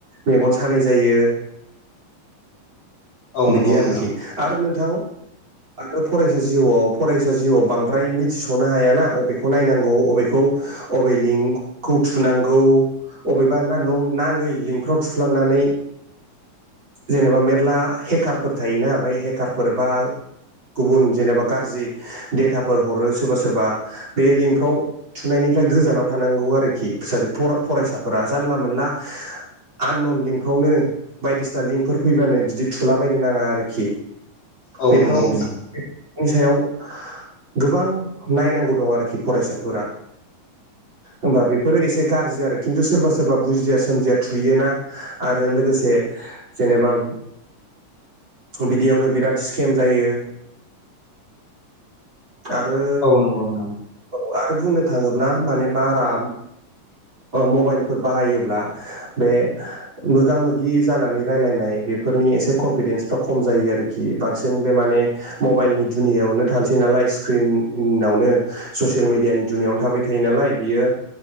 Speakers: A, on the right; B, on the left.
A: मेगन सानाय जायो।
B: औ
A: बिदि
B: नंगौ
A: आरोखि
B: नोंथां
A: आरो नोंथां आरो फरायसा जिउआव फरायसा जिउआव बांद्राय मिथिस'नो हायाना अबेखौ नायनांगौ अबेखौ अबे लिंखौ थुनांगौ अबेबा ना न नाङै लिंफ्राव थुफ्लांनानै जेनेबा मे ना हेकारफोर थायोना बे हेकारफोर बा गुबुन जेनेबा गाज्रि डेटाफोर हरो सोरबा सोरबा बे लिंकफ्राव थुनायनिफ्राय गोजानाव थानांगौ आरोखि फिासे फरायसाफोरा जानला मोनला आननन लिंकफ्रावनो बायदिसिना लिंकफोर फैबानो जि थुलाबायनो नाङा आरोखि
B: औ
A: बेफोराव
B: नंगौ नोंथां
A: बि नि सायाव गोबां नायनांगौ दं आरोखि फरायसाफोरा होमबा बेफोरो एसे गाज्रि आरो खिन्थु सोरबा सोरबा बुजिया सोमजिया थुयोना आरो लोगोसे जेनेबा बिदियावनो बिराद स्केम जायो आरो
B: औ नंगौ नोंथां
A: औ आरो बुंनो थाङोब्ला माने बारा मबाइलफोर बाहायोब्ला बे मोगा मोगि जानानै रायलायनाय बे फोरनि एसे कनफिदेन्सफ्रा खम जायो आरोखि बांसिन बे माने मबाइलनि दुनियावनो थानोसै नालाय स्क्रिनावनो ससियेल मिडियानि दुनियावनो थाबाय बेनालाय बियो